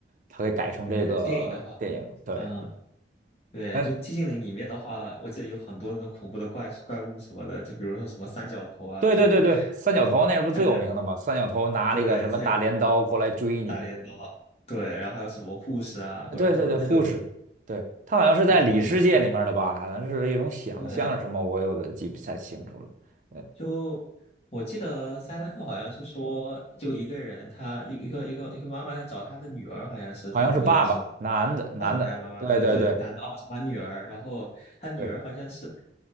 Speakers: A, on the right (about 45°); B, on the left (about 35°).
A: 它给改成这个电影。
B: 对，电影的话。
A: 对，
B: 嗯，对，
A: 嗯，
B: 就寂静岭里面的话，我记得有很多那种恐怖的怪怪物什么的，就比如说什么三角头啊这种，
A: 对对对对，三角头那是不是最有名的嘛？
B: 看起来
A: 三角头拿了一个什么大镰刀过来追你。
B: 对三角大镰刀，对，然后还有什么护士啊或者什么那种
A: 对对对，护士，对，他好像是在里世界里面的吧？
B: 都都很
A: 好像是一种想象还是什么，
B: 对。
A: 我有点记不太清楚了。对，
B: 就我记得 s i l 好像是说，就一个人他一一个一个一个妈妈在找他的女儿，好像是差不多是
A: 好像是爸爸，男的，男的，
B: 爸爸还是妈妈，
A: 对对对
B: 就就男的哦找他女儿，然后他女儿好像是
A: 对